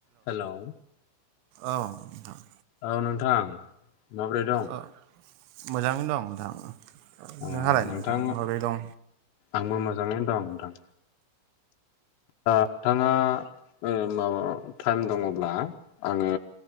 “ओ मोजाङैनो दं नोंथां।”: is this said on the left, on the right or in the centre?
Right